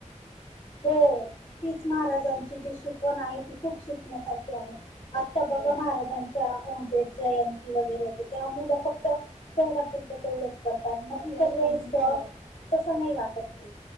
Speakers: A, on the left; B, on the right.
A: हो तीच महाराजांची जी शिकवण आहे ती खूप शिकण्यासारखी आहे. आता बघा
B: हो
A: महाराजांच्या जे जयंती वगैरे य तेव्हा मुलं फक्त तेवढा पुरतं तेवढंच करतात मग
B: तेच
A: इतर वेळेस
B: हो.
A: तसं नाही वागत ते.